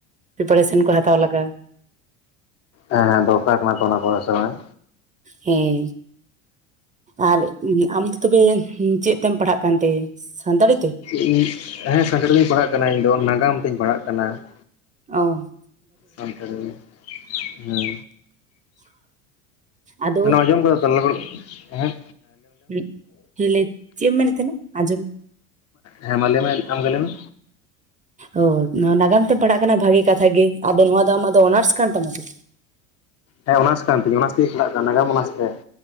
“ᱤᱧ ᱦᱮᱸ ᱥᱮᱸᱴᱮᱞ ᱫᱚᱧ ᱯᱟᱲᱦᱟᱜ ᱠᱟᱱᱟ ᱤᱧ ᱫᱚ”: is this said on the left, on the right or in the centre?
Left